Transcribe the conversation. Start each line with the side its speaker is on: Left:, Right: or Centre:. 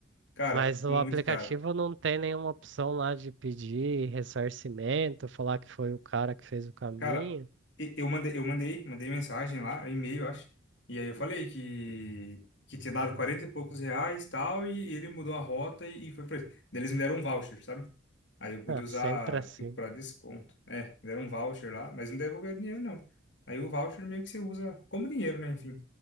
Left: cara,
Right: Mas
Left: ficou
Right: o
Left: muito
Right: aplicativo
Left: caro.
Right: não tem nenhuma opção lá de pedir ressarcimento, falar que foi o cara que fez o caminho.
Left: Cara, e- eu mandei, eu mandei, mandei mensagem lá, e-mail, acho. E aí eu falei que, que tinha dado 40 e poucos reais tal, e ele mudou a rota e, e foi pra ele. Daí eles me deram um voucher, sabe? Aí eu pude
Right: Ah,
Left: usar
Right: sempre assim.
Left: tipo, pra desconto. É, me deram um voucher lá, mas não devolveram dinheiro, não. Aí o voucher meio que você usa como dinheiro, né? Enfim.